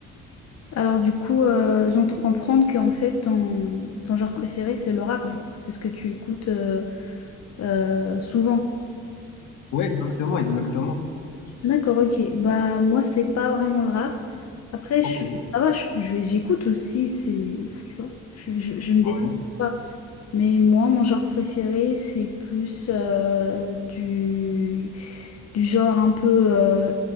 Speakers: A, on the left; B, on the left.
A: Alors du coup, euh, j'entends comprendre que en fait ton, ton genre préféré c'est le rap du coup, c'est ce que tu écoutes euh, euh, souvent.
B: Ouais, exactement, exactement.
A: D'accord, ok. Bah moi c'est pas vraiment le rap. Après
B: Ok,
A: je- ça va, je- je- j'écoute aussi, c'est tu vois, je, je, je me
B: ouais,
A: déteste. pas. Mais moi, mon genre préféré, c'est plus euh, du, du genre un peu, euh,